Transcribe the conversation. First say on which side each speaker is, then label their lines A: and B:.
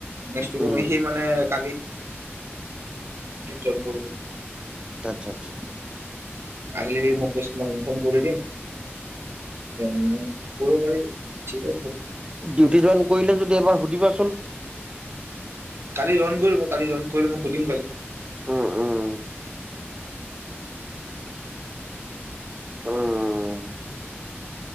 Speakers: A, on the right; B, on the right.
A: নেক্স টিৰিপ
B: উম
A: সি মানে কালি জন কৰ
B: টেন চেন ছা।
A: আহিলে সেই মোক কৈছিলাং ইনফৰ্ম কৰি দিম। এন নং ক'ব পাৰিব ঠিক আছ
B: ডিউটি জইন কৰিলে যদি এবাৰ সুধিবাচোন?
A: কালি জইন কৰিব কালি জইন কৰিলে মই সুধিম কালি।
B: উম উম। উম‌।